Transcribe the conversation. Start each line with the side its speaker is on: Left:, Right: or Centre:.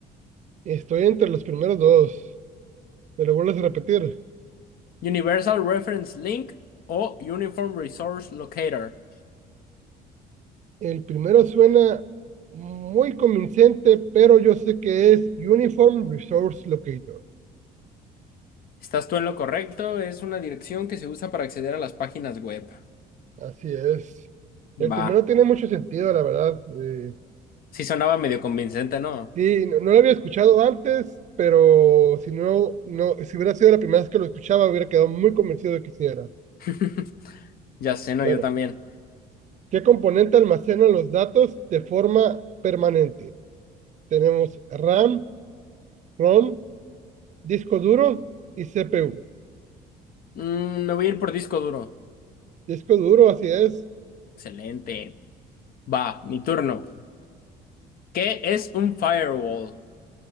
Right: Estoy entre los primeros dos. Me lo vuelves a repetir.
Left: Universal Reference Link o Uniform Resource Locator.
Right: El primero suena muy convincente, pero yo sé que es Uniform Resource Locator.
Left: Estás tú en lo correcto, es una dirección que se usa para acceder a las páginas web.
Right: Así es. El
Left: Va,
Right: primero tiene mucho sentido, la verdad. eh,
Left: sí sonaba medio convincente, ¿no?
Right: Sí, no, no lo había escuchado antes, pero si no, no, si hubiera sido la primera vez que lo escuchaba, hubiera quedado muy convencido de que sí era.
Left: <laughs> Ya sé, no,
Right: Bueno,
Left: yo también.
Right: ¿qué componente almacena los datos de forma permanente? Tenemos RAM, ROM, disco duro y CPU.
Left: Mm, me voy a ir por disco duro.
Right: Disco duro, así es.
Left: Excelente. Va, mi turno. ¿Qué es un firewall?